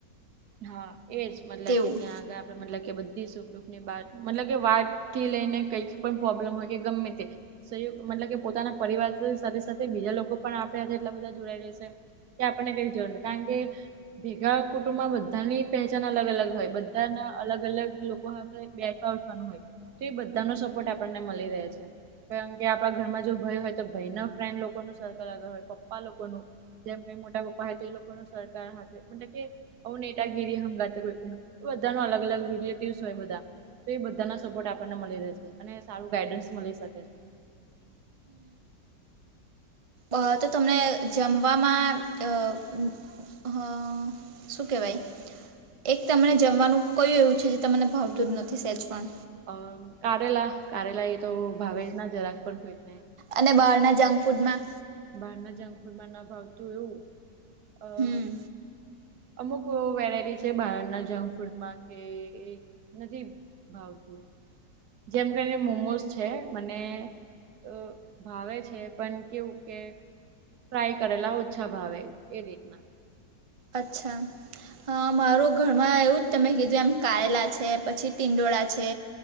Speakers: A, on the right; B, on the right.
A: હા એજ મતલબ
B: તેવું
A: કે ત્યાં આગળ મતલબ કે બધી સુખ દુઃખ ને બાત મતલબ કે વાત થી લયને કઈજ પણ પ્રોબ્લમ હોય કે ગમે તે સંયુકત મતલબ કે પોતાના પરિવારને સાથે સાથે બીજા લોકો પણ આપણા ને એટલા બધા જોડાઈ રહેશે. કે આપણને કઈ જોવા કારણ કે ભેગા કુટુંબમાં તાની પહેચાન અલગ અલગ હોય બધાના અલગ અલગ લોકો હાથે બેઠવા ઉઠવાનું હોય. તે બધાનો સપોર્ટ આપણને મળી રહે છે. કારણ કે આપણા ઘરમાં જો ભઈ હોય તો ભાઈ ના ફ્રેન્ડ લોકોનું સર્કલ આગળ હોય પપ્પા લોકોનું જેમ કઈ મોટા પપ્પા હાતે એ લોકોનું સહકાર હા <unintelligible> હો નેટાગીરી નો હંગાત કોઈ કોઈનો બધા નો અલગ અલગ રિલેટિવસ હોય બધા. તે બધાના સપોર્ટ આપણને મળી રેહ રહેશે અને સારું ગાઈડન્સ મળી શકે છે.
B: અ તો તમને જમવામાં અ હું હ શું કહેવાય. એક તમને જમવાનું કયું એવું છે જે તમને ભાવતું જ નથી સેજ પણ
A: અ કારેલા કારેલા એ તો ભાવે જ ના જરાક પણ કોઈ ને
B: અને બહારના જંક ફૂડમાં.
A: બહારના જંકફુડમાં ના ભાવતું એવું અ
B: હમ
A: અમુક વેરાયટી છે બહારના જંક ફૂડમાં કે એ નથી ભાવતું, જેમ કરીને મોમોસ છે મને અ ભાવે છે પણ કેવું કે ફ્રાય કરેલા ઓછા ભાવે એ રીતના,
B: અચ્છા મારું ઘરમાં એવું જ, તમે કીધું એમ કારેલા છે પછી ટિંડોળા છે.